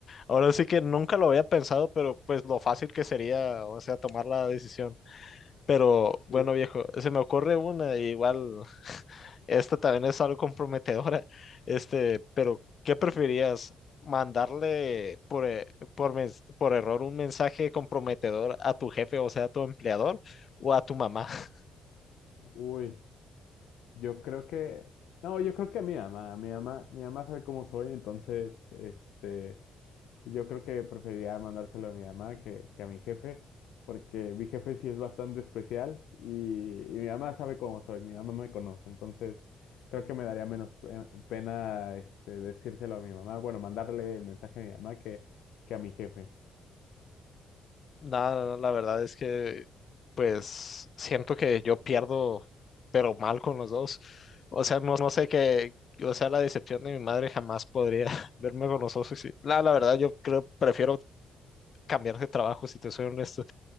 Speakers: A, on the left; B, on the left.
A: ahora sí que nunca lo había pensado, pero pues lo fácil que sería, o sea, tomar la decisión. Pero bueno,
B: Sí.
A: viejo, se me ocurre una, y igual esta también es algo comprometedora, <laughs> este, pero ¿qué preferirías? ¿Mandarle por, e- por, mens- por error un mensaje comprometedor a tu jefe, o sea, a tu empleador, o a tu mamá? <laughs>
B: Uy. Yo creo que, no, yo creo que mi mamá, mi mamá, mi mamá sabe cómo soy, entonces, este, yo creo que preferiría mandárselo a mi mamá que, que a mi jefe, porque mi jefe sí es bastante especial y, y mi mamá sabe cómo soy, mi mamá me conoce, entonces creo que me daría menos pe- pena, este, decírselo a mi mamá, bueno, mandarle el mensaje a mi mamá que, que a mi jefe,
A: Nada, la verdad es que pues siento que yo pierdo, pero mal con los dos. O sea, no, no sé qué, o sea, la decepción de mi madre jamás podría <laughs> verme con los dos. y sí. La, la verdad, yo creo, prefiero cambiar de trabajo, si te soy honesto,